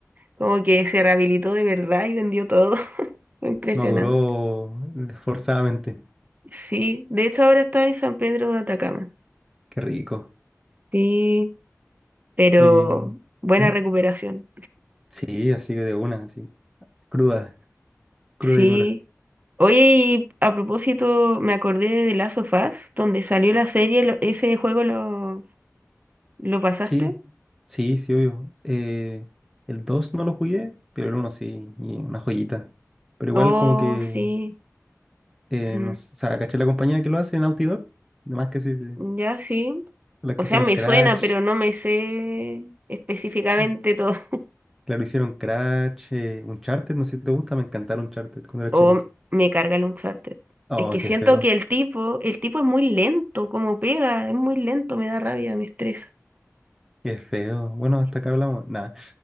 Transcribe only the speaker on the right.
Como que se rehabilitó de verdad y vendió todo. <laughs> Fue Impresionante.
Sí, de hecho ahora está en San Pedro de Atacama.
Sí, pero
buena
recuperación.
Sí.
Oye, y a propósito, me acordé de The Last of Us, donde salió la serie, lo- ese juego lo, lo pasaste.
Oh,
sí.
mm,
Ya sí.
O
sea,
me
suena, pero no me sé específicamente
todo. <laughs>
O
me carga el Uncharted.
Es que siento
que el tipo, el tipo es muy lento, como pega, es muy lento, me da rabia, me estresa.